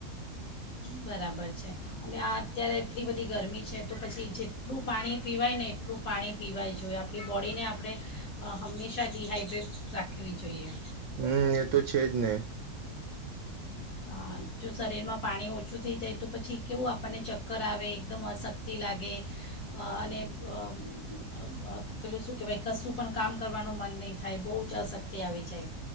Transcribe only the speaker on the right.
હમ્મ, એતો છેજ ને